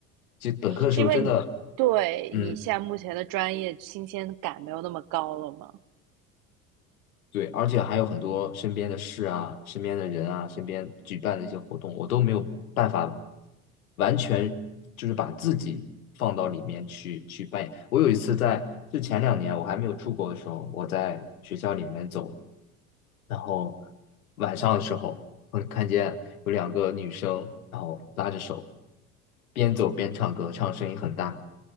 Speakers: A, on the left; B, on the right.
A: 就本科的时候真的，
B: 是因为你对你现在目前的专业新鲜感没有那么高了吗？
A: 嗯，对，而且还有很多身边的事啊、身边的人啊、身边举办的一些活动，我都没有办法完全就是把自己放到里面去去扮演。我有一次在就前两年我还没有出国的时候，我在学校里面走。然后晚上的时候，我看见有两个女生，然后拉着手，边走边唱歌，唱声音很大。